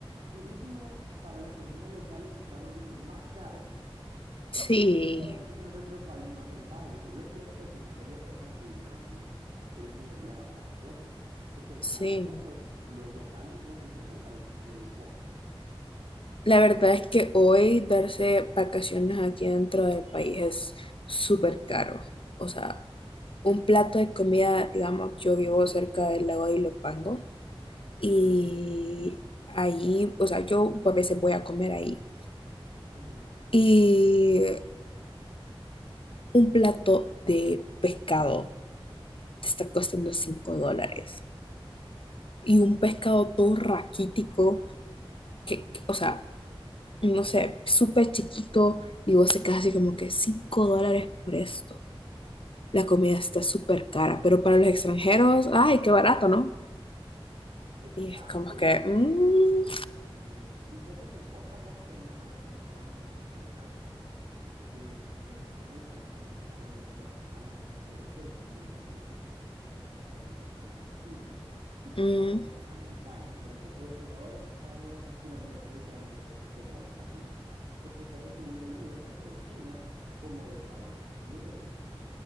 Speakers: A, on the right; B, on the left.
A: turismo para las personas locales se está volviendo más caro
B: Sí,
A: y para las personas de otro país más rentable. O sea, yo entiendo que el turista viene a dejar su dinero aquí, pero es un problema para nosotros, porque
B: sí.
A: a nosotros los locales nos incrementa el, el costo.
B: La verdad es que hoy darse vacaciones aquí dentro del país es súper caro. O sea, un plato de comida, digamos, yo vivo cerca del lago de Ilopango y
A: Ujú,
B: ahí, o sea, yo a veces voy a comer ahí.
A: ujú.
B: Y un plato de pescado te está costando 5 dólares. Y un pescado todo raquítico, que, que, o sea, no sé, súper chiquito, y vos te quedas así como que 5 dólares por esto. La comida está súper cara, pero para los extranjeros, ay, qué barato, ¿no?
A: Exacto,
B: Y es como que...
A: entonces,
B: mm,
A: sí. Y fíjate que otra cosa que me llama la atención es acerca de eh, cómo el país también se está vendiendo a los extranjeros, pero también en específico cómo se está vendiendo con los chinos y con
B: mm,
A: los americanos. Mira que El Salvador está en una postura neutra entre estos dos grandes países, porque está recibiendo ayuda tanto de China como de Estados Unidos.